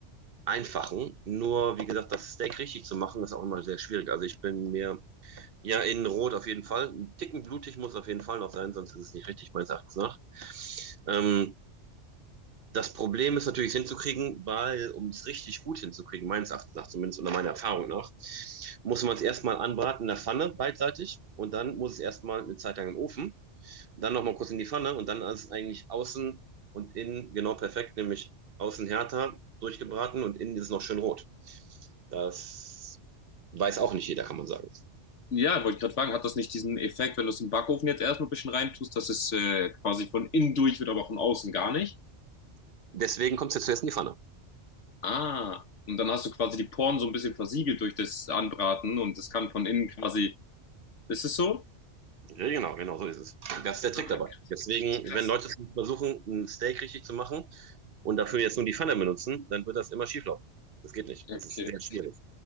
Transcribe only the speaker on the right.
Einfachen. Nur, wie gesagt, das Steak richtig zu machen, ist auch immer sehr schwierig. Also ich bin mir, ja, in Rot auf jeden Fall. Ein Ticken blutig muss auf jeden Fall noch sein, sonst ist es nicht richtig, meines Erachtens nach. Ähm, das Problem ist natürlich, es hinzukriegen, weil, um es richtig gut hinzukriegen, meines Erachtens nach zumindest oder meiner Erfahrung nach, muss man es erstmal anbraten in der Pfanne beidseitig und dann muss es erstmal eine Zeit lang in den Ofen. Dann nochmal kurz in die Pfanne und dann ist eigentlich außen und innen genau perfekt, nämlich außen härter durchgebraten und innen ist es noch schön rot. Das weiß auch nicht jeder, kann man sagen.
Deswegen kommt es jetzt zuerst in die Pfanne.
Ja, genau, genau, so ist es. Das ist der Trick
dabei.
Deswegen,
wenn Leute versuchen, ein Steak richtig zu machen und dafür jetzt nur die Pfanne benutzen, dann wird das immer schieflaufen. Das geht nicht.
Das ist sehr schwierig.